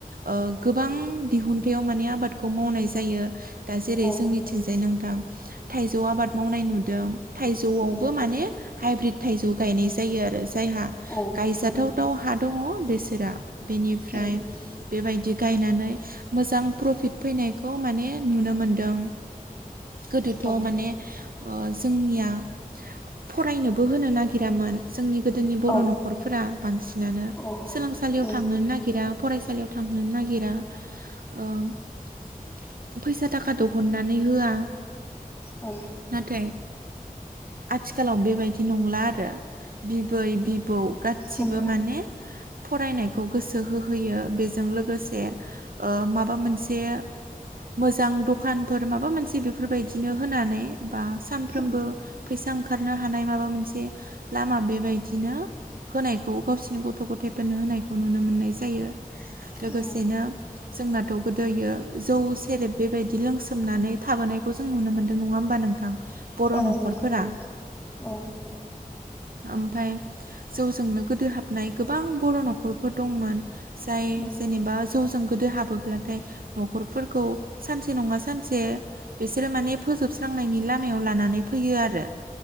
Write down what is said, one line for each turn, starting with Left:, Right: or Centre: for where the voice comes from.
Right: ओ गोबां दिहुुनथायाव माने आबादखौ मावनाय जायो दा जेरै
Left: औ
Right: जोंनिथिंजाय नों <unintelligible> थाइजौ आबाद मावनाय नुदों थाइजौआवबो
Left: उम
Right: माने हाइब्रिद थाइजौ गायनाय जायो आरो जायहा
Left: औ
Right: गायजाथाव
Left: उम
Right: थाव हा दङ बेसोरा बिनिफ्राय
Left: उम
Right: बेबायदि गायनानै मोजां प्रफिट फैनायखौ माने नुनो मोन्दों। गोदोथ'
Left: औ
Right: माने ओ जोंनिया फरायनोबो होनो नागिरामोन जोंनि गोदोनि बर'
Left: औ
Right: न'खरफोरा बांसिनानो
Left: औ
Right: सोलोंसालियाव
Left: उम
Right: थांहोनो नागिरा फरायसालियाव थांहोनो नागिरा ओ फैसा थाखाथ' हननानै होआ
Left: औ
Right: नाथाइ आथिखालाव बेबायदि नंला आरो बिबै बिबौ गासिबो
Left: नंला
Right: माने फरायनायखौ गोसो होहोयो। बेजों लोगोसे ओ माबा मोनसे मोजां दखानफोर माबा मोनसे बेफोरबायदिनो होनानै बा सामफ्रोमबो
Left: उम
Right: फैसा ओंखारनो हानाय माबा मोनसे लामा बेबायदिनो होनायखौ गावसिनि गथ' गथायाइफोरनो होनायखौ नुनो मोननाय जायो। लोगोसेनो
Left: औ
Right: जोंनाथ' गोदोयो जौ सेरेब बेबायदि लोंसोमनानै थाबोनायखौ जों नुनो मोन्दों नङा होमबा नोंथां? बर'
Left: औ
Right: न'खरफोरा
Left: नंगौ औ
Right: ओमफाय जौजोंनो गोदोहाबनाय गोबां बर' न'खरफोर दंमोन। जाय
Left: उम
Right: जेनेबा जौजों गोदो हाबोब्लाथाय न'खरफोरखौ सानसे नङा सानसे बिसोरो माने फोजोबस्रांनायनि लामायाव लानानै फैयो आरो।